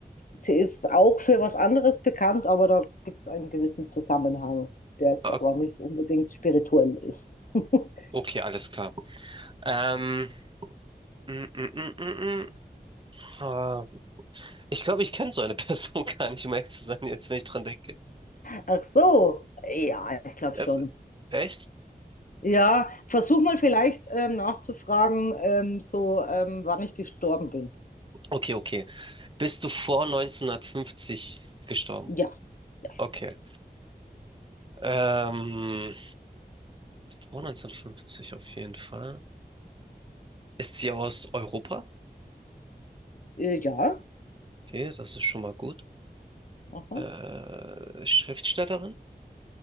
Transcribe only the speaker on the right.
Ah,
Okay, alles klar. Ähm, mm, mm, mm, mm, mm. Ah, ich glaube, ich kenne so eine <laughs> Person gar nicht, um ehrlich zu sein, jetzt, wenn ich dran denke.
Das,
echt?
Okay, okay. Bist du vor 1950 gestorben?
Okay. Ähm, vor 1950 auf jeden Fall. Ist sie aus Europa?
Okay, das ist schon mal gut.
Äh, Schriftstellerin?